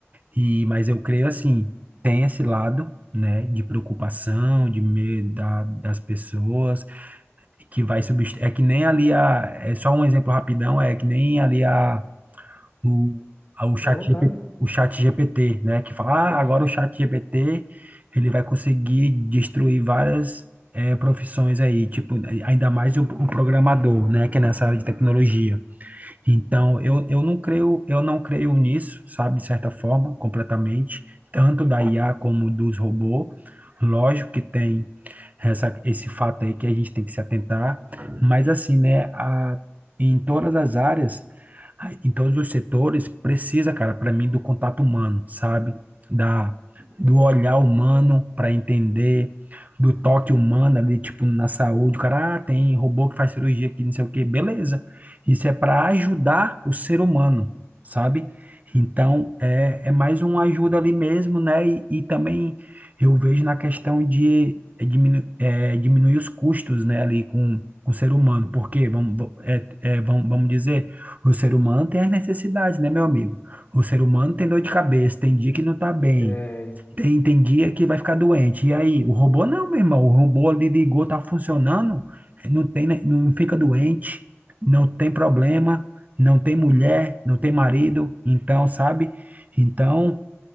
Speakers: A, on the right; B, on the left.
A: E, mas eu creio assim, tem esse lado. né, de preocupação, de medo da, das pessoas, que vai substituir. É que nem ali a. É só um exemplo rapidão, é que nem ali a o, a- o
B: À vontade.
A: chat, GP o chat GPT, né? Que fala, ah, agora o chat GPT ele vai conseguir destruir várias eh, profissões aí, tipo, ainda mais o, o programador, né? Que é nessa área de tecnologia. Então, eu, eu não creio, eu não creio nisso, sabe, de certa forma, completamente, tanto da IA como dos robôs. Lógico que tem essa, esse fato aí que a gente tem que se atentar, mas assim, né, a, em todas as áreas, a- em todos os setores, precisa, cara, para mim, do contato humano, sabe? Da, do olhar humano para entender, do toque humano ali, tipo, na saúde, o cara, ah, tem robô que faz cirurgia aqui, não sei o quê, beleza. Isso é para ajudar o ser humano, sabe? Então, é, é mais uma ajuda ali mesmo, né? E, e também eu vejo na questão de é, diminu- é, diminuir os custos, né, ali com, com o ser humano, porque, vamos, va- é, é, vamos, vamos dizer, o ser humano tem as necessidades, né, meu amigo? O ser humano tem dor de cabeça, tem dia que não tá bem,
B: É,
A: tem, tem guia que vai ficar doente. E aí, o robô não, meu irmão. O robô ali ligou, tá funcionando, não tem, ne- não fica doente, não tem problema, não tem mulher, não tem marido. Então, sabe? Então,